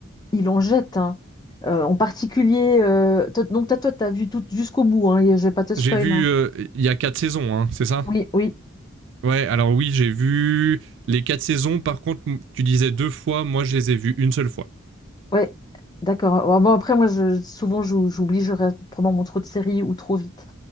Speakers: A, on the left; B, on the right.
A: il en jette. hein. Euh, en particulier, euh, toi- donc t'as- toi, t'as vu tout jusqu'au bout, hein, et je vais pas te spoil.
B: J'ai vu
A: hein.
B: euh, il euh, y a quatre saisons, hein, c'est ça
A: Oui, oui,
B: Ouais, alors oui, j'ai vu les quatre saisons. Par contre, tu disais deux fois, moi je les ai vues une seule fois.
A: ouais, d'accord. Ouais, bon, après, moi, je- souvent, j'ou- j'oublie, je regarde probablement trop de séries ou trop vite.